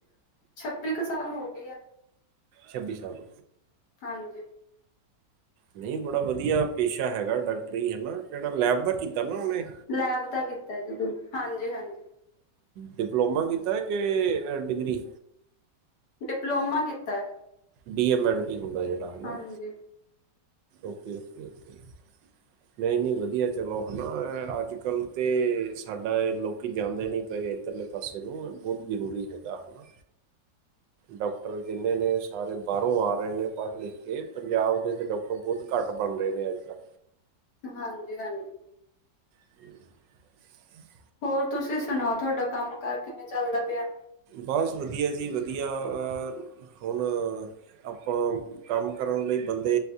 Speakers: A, on the left; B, on the right.
A: ਛੱਬੀ ਕੁ ਸਾਲ ਹੋ ਗਈ ਆ।
B: ਛੱਬੀ ਸਾਲ
A: ਹਾਂਜੀ
B: ਨਹੀਂ ਬੜਾ ਵਧੀਆ ਪੇਸ਼ਾ ਹੈਗਾ ਡਾਕਟਰੀ ਹੈ ਨਾ ਕਿਹੜਾ ਲੈਬ ਦਾ ਕੀਤਾ ਨਾ ਉਹਨੇ
A: ਲੈਬ ਦਾ ਕੀਤਾ ਜਰੂਰ ਹਾਂਜੀ ਹਾਂਜੀ।
B: ਡਿਪਲੋਮਾ ਕੀਤਾ ਏ ਕਿ ਡਿਗਰੀ
A: ਡਿਪਲੋਮਾ ਕੀਤਾ ਹੈ।
B: ਬੀ ਐਮ ਐਲ ਪੀ ਹੁੰਦਾ ਜਿਹੜਾ ਹੈ ਨਾ
A: ਹਾਂਜੀ
B: ਓਕੇ ਓਕੇ ਓਕੇ
A: <inaudible>
B: ਨਈ ਨਈ ਵਧੀਆ ਚਲੋ ਹੈਨਾ ਅੱਜ ਕੱਲ੍ਹ ਤੇ ਸਾਡਾ ਲੋਕੀ ਜਾਂਦੇ ਨਹੀਂ ਪਏ ਇੱਧਰਲੇ ਪਾਸੇ ਨੂੰ ਬਹੁਤ ਜ਼ਰੂਰੀ ਹੈਗਾ ਹੈਣਾ। ਡਾਕਟਰ ਜਿੰਨੇ ਨੇ ਸਾਰੇ ਬਾਹਰੋਂ ਆ ਰਹੇ ਨੇ ਪੜ੍ਹ ਲਿਖ ਕੇ ਪੰਜਾਬ ਦੇ ਵਿੱਚ ਡਾਕਟਰ ਬਹੁਤ ਘੱਟ ਬਣ ਰਹੇ ਨੇ ਅੱਜ ਕੱਲ੍ਹ
A: ਹਾਂਜੀ ਹਾਂਜੀ
B: <inaudible>
A: ਹੋਰ ਤੁਸੀਂ ਸੁਣਾਓ ਤੁਹਾਡਾ ਕੰਮ ਕਾਰ ਕਿਵੇਂ ਚੱਲਦਾ ਪਿਆ
B: ਬਸ ਵਧੀਆ ਜੀ ਵਧੀਆ ਅ ਹੁਣ ਆਪਾਂ ਕੰਮ ਕਰਨ ਲਈ ਬੰਦੇ